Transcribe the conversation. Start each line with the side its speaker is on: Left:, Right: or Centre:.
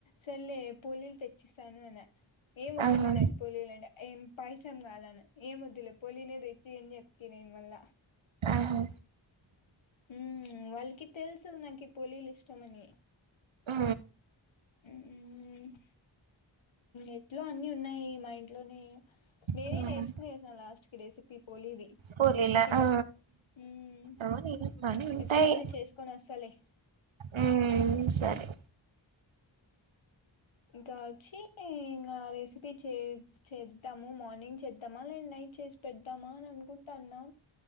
Left: సరలే పోలీలు తెచ్చిస్తాను అన ఏం వోద్దులే
Right: ఆహా!
Left: నాక్ పోలిలు లండా ఏం పైసాం కాలని ఏం వద్దులే పొలినే తెచ్చియి అని చెప్ తినీన్ మళ్ళ
Right: ఆహా
Left: హుమ్ వాళ్ కి తెలుసు నాకు పోలీలు ఇష్టమని
Right: ఆ
Left: హ్మ్ ఇంట్లో అన్ని ఉన్నాయి మా ఇంట్లోనే నేనే
Right: హ్మ్.
Left: నేర్చుకుని వేసిన లాస్ట్ కి రెసిపీ పోలిది
Right: పోలీలా
Left: మంచిగా
Right: ఆ!
Left: హ్మ్
Right: అవునేమో బానే ఉంటాయి.
Left: ఎప్పుడైనా చేసుకొని వస్తాలె
Right: హ్మ్. సరే.
Left: ఇంకా వచ్చి ఇంకా రెసిపీ చే చేద్దాము మార్నింగ్ చేద్దామా లే నైట్ చేసి పెడద్దామా అని అనుకుంటానా